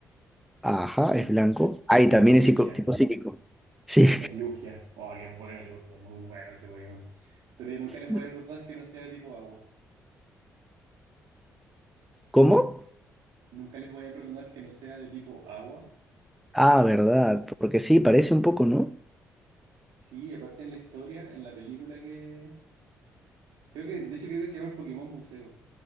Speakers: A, in the centre; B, on the right.
A: Ajá,
B: ¿Es,
A: es blanco. Ay,
B: es
A: también
B: Lugia?
A: es psico- tipo psíquico. Sí.
B: ¿Es Lugia? Oh, qué bueno Lugia, es muy bueno ese Pokémon. Pero yo nunca les
A: <laughs>
B: voy a perdonar que no sea de tipo agua.
A: ¿Cómo?
B: Nunca les voy a perdonar que no sea de tipo agua
A: Ah, verdad, porque sí, parece un poco, ¿no?
B: Sí, aparte en la historia, en la película que... Creo que, de hecho creo que se llama el Pokémon Buceo.